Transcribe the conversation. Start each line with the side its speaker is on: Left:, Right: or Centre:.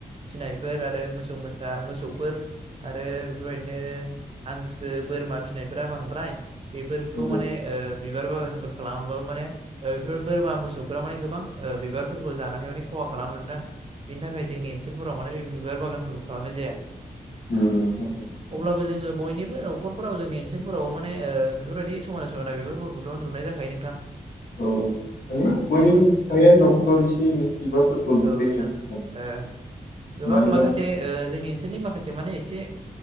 Right: फिनायफोर आरो मोसौ मोसा मोसौ फोर आरो बेफोरबायदिनो हांसो बोरमा फिसिनायफोरा बांद्राय बेफोरखौ
Left: नंगौ
Right: माने ओ बिबार बागान खालामोबाबो माने बेफोर बोरमा मोसौफोरा माने गोबां बिबारफोरखौ जानानै माने खहा खालामो नोंथां बेनि थाखाय जोंनि ओनसोलफोराव माने बे बिबार बागानफोरखौ खालामनाय जाया
Left: औ नोंथां‌ औ
Right: अब्लाबो जोङो बयनिबो नखरफोराव जोंनि ओनसोलफोराव माने बेफोरबायाददि समायना समायना बेफोरफोरखौथ' नुनाय जाखायो नोंथां
Left: औ माने बयनिबो
Right: औ
Left: फ्रायानो न'खराव एसे एनै बिबारफोरखौ नुखायो
Right: औ नोंथां
Left: जों
Right: ओ गोबां
Left: मानोना
Right: माखासे जोंनि ओनसोलनि माखासे माने एसे